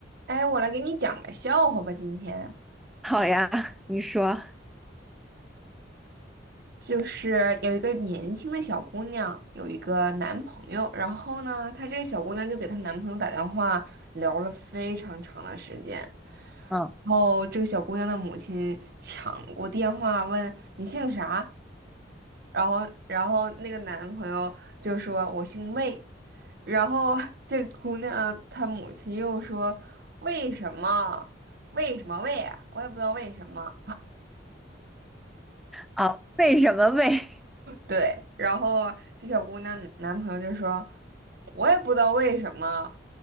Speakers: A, on the right; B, in the centre.
A: 哎，我来给你讲个笑话吧。今天
B: <laughs> 好呀，你说
A: 就是有一个年轻的小姑娘，有一个男朋友，然后呢，她这个小姑娘就给她男朋友打电话，聊了非常长的时间。
B: 嗯，
A: 然后这个小姑娘的母亲抢过电话问你姓啥，然后然后那个男朋友就说我姓魏，然后 <laughs> 这姑娘她母亲又说为什么为什么魏啊，我也不知道为什么。
B: 啊，为什么为 <laughs>
A: 对，然后这小姑娘男朋友就说，我也不知道为什么，